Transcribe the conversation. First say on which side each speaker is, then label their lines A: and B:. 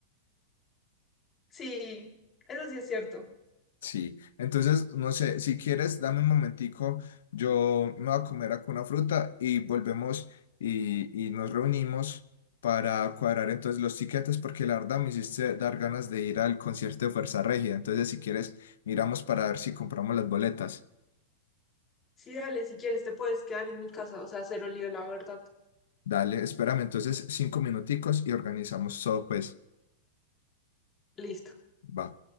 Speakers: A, on the left (about 15°); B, on the left (about 80°).
A: Sí, eso sí es cierto.
B: Sí, entonces, no sé, si quieres, dame un momentico, yo me voy a comer acá una fruta y volvemos y, y nos reunimos para cuadrar entonces los tiquetes, porque la verdad me hiciste dar ganas de ir al concierto de Fuerza Regia. Entonces, si quieres, miramos para ver si compramos las boletas.
A: Sí, dale, si quieres, te puedes quedar en mi casa, o sea, cero lío, la verdad.
B: Dale, espérame entonces cinco minuticos y organizamos todo, pues,
A: Listo.
B: va.